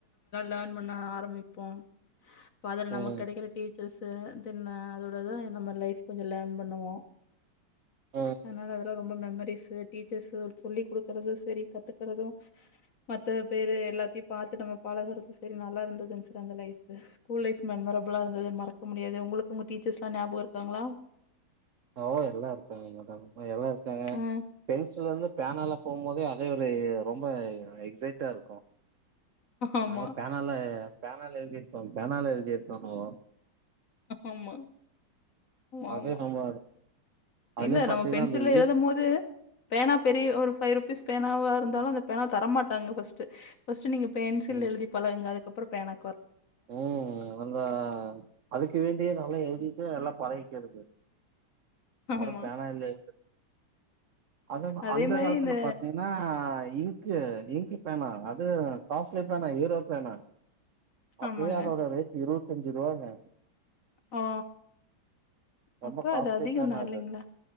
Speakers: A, on the left; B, on the right.
A: லேன் பண்ண ஆரம்பிப்போ அதுல
B: ம்
A: நமக்கு கெடைக்கிற டீச்சர்ஸ் தென் அதோட தா நம்ம லைஃப் கொஞ்ச லேர்ன் பண்ணுவோ
B: ம்
A: அதனால அதுலா ரொம் ரொம்ப மெமரிஸ் டீச்சர்ஸ் சொல்லிகுடுக்குறது சரி கத்துக்கறது மத்த பேரு எல்லாத்தையு பாத்து நம்ம பழகுறது சரி நல்லா இருந்ததுங்க சர் அந்த லைஃப் ஸ்கூல் லைஃப் மெமரபிளா இருந்தது மறக்கமு முடியாது உங்களுக்கு உங்க டீச்சர்ஸ்லா ஞாபகம் இருக்காங்களா
B: ஆ எல்லா இருக்காங்கமா எல்லா இருக்காங்க
A: ஆ
B: பென்சில் இருந்து பேனல்ல போகும் போதே அதே ஒரு ரொம்ப எக்ஸைட்டா இருக்கு
A: ஆமா
B: நாங்க பேனால பேனால எழுதிருப்போம் பேனால எழுதிருபோ ப்ரோ
A: ஆமா
B: அது
A: ஆமா
B: நம்ம அதுலயும்
A: இல்ல
B: பாத்தீங்கன்னா
A: நம்ம பென்சில்ல
B: அந்த இங்
A: எழுதும் போது பேனா பெரிய ஒரு ஃபைவ் ரூ பீஸ் பேனாவா இருந்தாலு அந்த பேனா தரமாட்டாங்க ஃபர்ஸ்ட்டு ஃபர்ஸ்ட்டு நீங்க பென்சில்
B: ம்
A: எழுதி பழகுங்க அது அப்புற பேனா
B: ம் அந்த அதுக்கு வேண்டிய நல்ல எ <unintelligible> எல்லா பழகக்கிறது அவரு
A: ஆமா.
B: பேனா இல்லய அது
A: அதே
B: அந்த
A: மாரி
B: காலத்துல
A: இந்த
B: பாத்தீங்கன்னா இங்க்கு இங்க்கு பேனா அது காஸ்லி பேனா ஹூரோ பேனா அப்பவே
A: ஆமாங்க.
B: அதோட ரேட் இருபத்தஞ்சு ரூபாங்க
A: ஓ
B: ரொம்ப
A: அப்ப
B: காஸ்ட்லி
A: அது அதிகம்
B: பேனா
A: தான் இல்லைங்களா?
B: அது